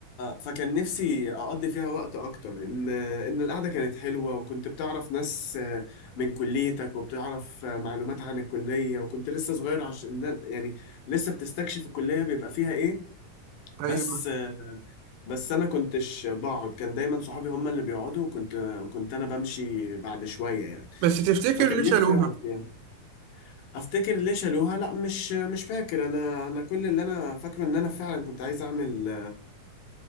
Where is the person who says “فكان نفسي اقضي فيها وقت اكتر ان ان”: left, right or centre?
Left